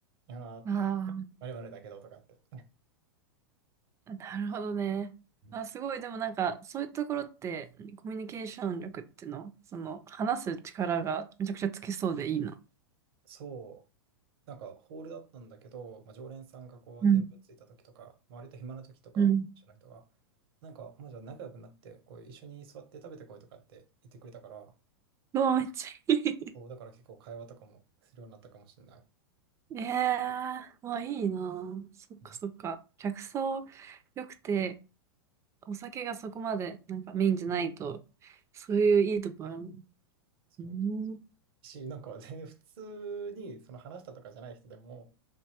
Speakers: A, on the right; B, on the right.
A: いやー、
B: あ
A: まるまるだけどとかって。
B: あ、なるほどね。
A: うん
B: あすごい。でもなんか、そういうところって、コミュニケーション力っていうの、その、話す力がめちゃくちゃつきそうでいいな。
A: そう。なんかホールだったんだけど、まあ、常連さんがこうテーブルついた時とか、
B: うん。
A: まあ、割と暇な時とか、
B: うん。
A: 一緒の人が、なんかまあじゃあ仲良くなって、こう一緒に座って食べてこいとかって言ってくれたから、
B: うわ、めっちゃいい。
A: そうだから結構会話とかもするようになったかもしれな
B: ええまあいいなそっかそっか。
A: い。ね。
B: 客層良くて、お酒がそこまでなんかメインじゃないと、そういういいとこあるの。
A: そう。
B: うん。
A: し、なんか全然普通にその話したとかじゃない人でも、